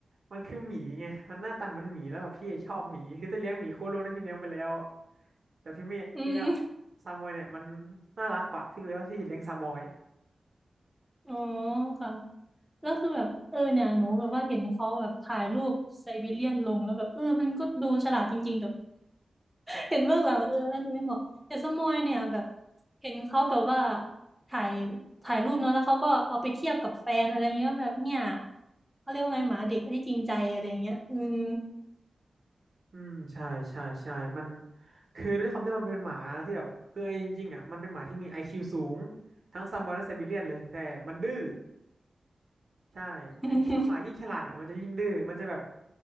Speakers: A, on the right; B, in the centre.
A: มันคือหมีไงมันหน้าตาเหมันหมีแล้วแบบพี่ชอบหมีคือถ้าเลี้ยงหมีโคโลกได้พี่เลี้ยงไปแล้วแต่พี่ไม่พี่ว่า
B: อืม
A: ซามอยเนี่ยมันน่ารักกว่าพี่เลยว่าพี่จะเลี้ยงซามอย
B: อ๋อค่ะแล้วคือแบบเออเนี่ยหนูแบบว่าเห็นเขาแบบถ่ายรูปไซบีเรียนลงแล้วแบบเออมันก็ดูฉลาดจริงๆแต่ เห็นเบื้องหลังแล้วเออน่าจะไม่เหมาะแต่สมอยเนี่ยแบบเห็นเขาแบบว่าถ่ายถ่ายรูปเนาะแล้วเขาก็เอาไปเทียบกับแฟนอะไรเงี้ยแบบเนี่ยเขาเรียกว่าไงหมาเด็กที่จริงใจอะไรเงี้ยอืม
A: อืมใช่ใช่ใช่มันคือด้วยความที่มันเป็นหมาที่แบบคือเอาจริงๆอ่ะมันเป็นหมาที่มีไอคิวสูงทั้งซามบอนและไซบีเรียนเลยแต่มันดื้อใช่คือถ้าหมายิ่งฉลาดเนี่ยมันจะยิ่งดื้อมันจะแบบ
B: <laughs>